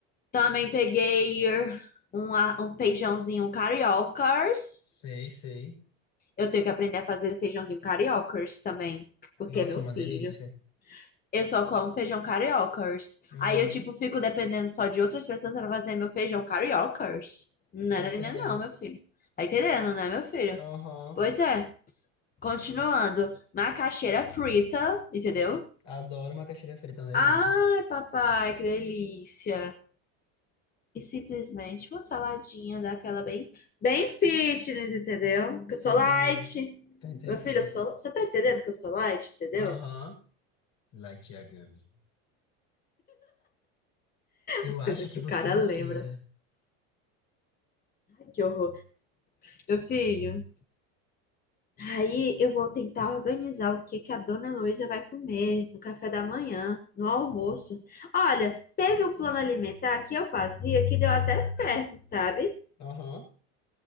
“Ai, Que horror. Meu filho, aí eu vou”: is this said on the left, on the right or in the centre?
Left